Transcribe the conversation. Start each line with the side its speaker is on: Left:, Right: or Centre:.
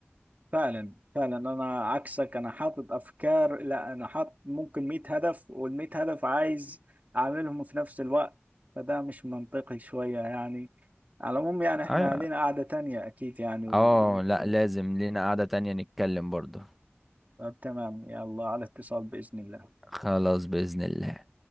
Right: فعلا فعلا انا عكسك انا حاطط افكار لا انا حاطط ممكن 100 هدف وال 100 هدف عايز اعملهم في نفس الوقت فده مش منطقي شوية يعني على العموم يعني احنا
Centre: ايوه
Right: لينا قعدة تانية اكيد يعني و...
Centre: اه لا
Right: و-
Centre: لازم لينا قعدة تانية نتكلم برضه
Right: طب تمام يلا على اتصال بإذن الله
Centre: خلاص بإذن الله